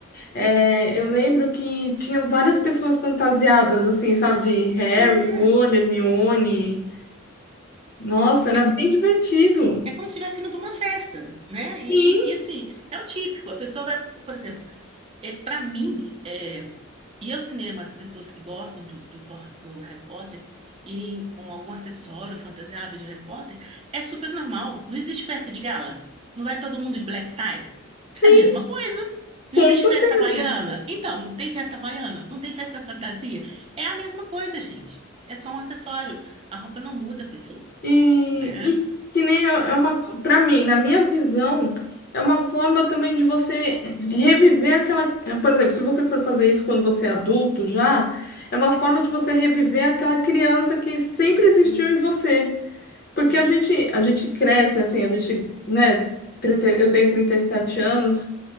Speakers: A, on the left; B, on the right.
A: É, eu lembro que tinha várias pessoas fantasiadas, assim, sabe, de Harry,
B: Pois é.
A: Ron, Hermione. Nossa, era
B: É,
A: bem divertido.
B: é como se estivesse indo para uma festa, né? E,
A: Sim,
B: e, e assim, é o típico. A pessoa vai, por exemplo, É, para mim, é, ir ao cinema, as pessoas que gostam do, do, do Harry Potter, irem com algum acessório fantasiado de Harry Potter, é super normal. Não existe festa de gala. Não vai todo mundo de black tie.
A: sim,
B: É a mesma coisa. Não
A: com
B: existe
A: certeza.
B: festa havaiana. Então, não tem festa havaiana, não tem festa fantasia. É a mesma coisa, gente. É só um acessório. A roupa não muda a pessoa,
A: E,
B: né?
A: e que nem é é uma, para mim, na minha visão, é uma forma também de você reviver aquela. eh, Por exemplo, se você for fazer isso quando você é adulto já, é uma forma de você reviver aquela criança que sempre existiu em você. Porque
B: E
A: a gente, a gente cresce assim, a gente, né? 30 eu tenho 37 anos.